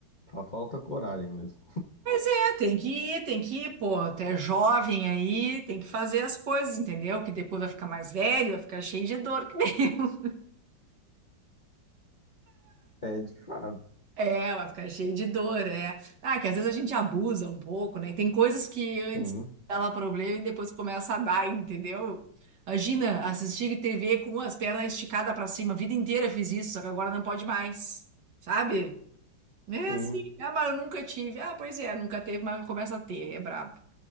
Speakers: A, on the left; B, on the right.
A: só falta coragem mesmo.
B: É, tem que ir, tem que ir, pô, tu é jovem aí, tem que fazer as coisas, entendeu? Que depois vai ficar mais velho, vai ficar cheio de dor, que nem eu.
A: É de fato.
B: É, vai ficar cheio de dor, é. Ah, que às vezes a gente abusa um pouco, né? E tem coisas que antes
A: Sim,
B: dava problema e depois começa a dar, entendeu? Imagina assistir TV com as pernas esticadas pra cima. A vida inteira fiz isso, só que agora não pode mais, sabe? É
A: sim.
B: assim, ah, mas eu nunca tive. Ah, pois é, nunca teve, mas começa a ter, é brabo.